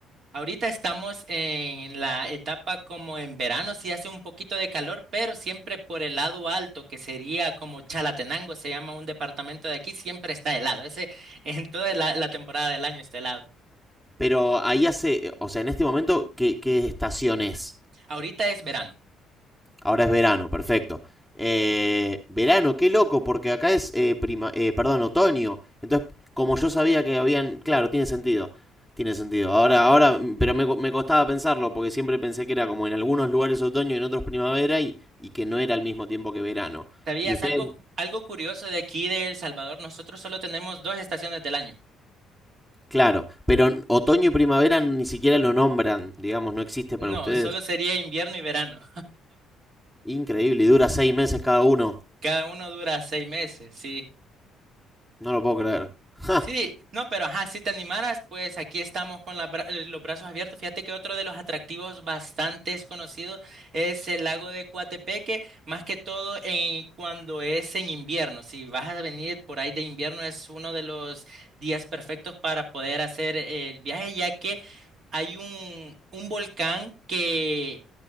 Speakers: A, on the right (about 60°); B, in the centre.
A: Ahorita estamos en la etapa como en verano, sí hace un poquito de calor, pero siempre por el lado alto, que sería como Chalatenango, se llama un departamento de aquí, siempre está helado. Ese <laughs> en toda la, la temporada del año está helado.
B: Pero ahí hace, o sea, en este momento, ¿qué, qué estación es?
A: Ahorita es verano.
B: Ahora es verano, perfecto. Eh, verano, qué loco, porque acá es eh, prima, eh, perdón, otoño. Entonces, como yo sabía que habían, claro, tiene sentido, tiene sentido. Ahora, ahora, mm, pero me, me costaba pensarlo porque siempre pensé que era como en algunos lugares otoño y en otros primavera y, y que no era al mismo tiempo que verano.
A: ¿Sabías
B: Y ustedes,
A: algo, algo curioso de aquí de El Salvador? Nosotros solo tenemos dos estaciones del año.
B: claro, pero n- otoño y primavera ni siquiera lo nombran, digamos, no existe
A: No,
B: para ustedes.
A: solo sería invierno y verano.
B: Increíble, y dura seis meses cada uno.
A: Cada uno dura seis meses, sí.
B: No lo puedo creer. <laughs>
A: Sí, no, pero ajá, si te animaras, pues aquí estamos con las bra- eh, los brazos abiertos. Fíjate que otro de los atractivos bastante conocidos es el lago de Coatepeque, más que todo en cuando es en invierno. Si vas a venir por ahí de invierno, es uno de los días perfectos para poder hacer eh, el viaje, ya que hay un, un volcán que,